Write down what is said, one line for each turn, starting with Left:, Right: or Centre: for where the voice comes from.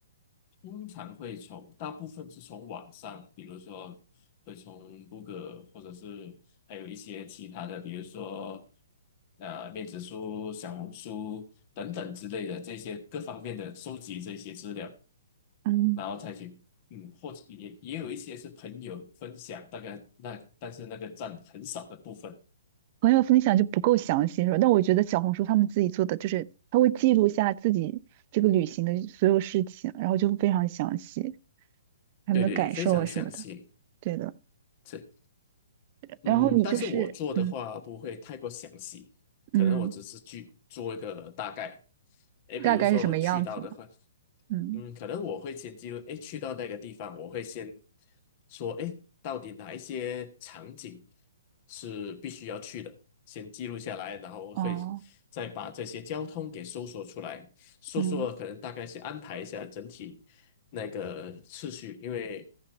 Left: 通常会从大部分是从网上，比如说会从 Google，或者是还有一些其他的，比如说呃面子书、小红书等等之类的这些各方面的收集这些资料。
Right: 嗯，
Left: 然后再去，嗯，或者也也有一些是朋友分享，大概那但是那个占很少的部分。
Right: 朋友分享就不够详细是吧？但我觉得小红书他们自己做的，就是他会记录下自己这个旅行的所有事情，然后就会非常详细，他们的感受啊什么的。
Left: 对对，对非常详细。
Right: 对的。
Left: 这，嗯，
Right: 然后你就是嗯
Left: 但是我做的话不会太过详细，可能我只是去做一个大概。
Right: 嗯，
Left: 诶，比如说我去到的话。
Right: 大概是什么样子呢？嗯，
Left: 嗯，可能我会先记录，诶，去到那个地方，我会先说，诶，到底哪一些场景是必须要去的，先记录下来，然后会
Right: 哦，
Left: 再把这些交通给搜索出来，搜索可能大概是安排一下整体那个次序，
Right: 嗯，
Left: 因为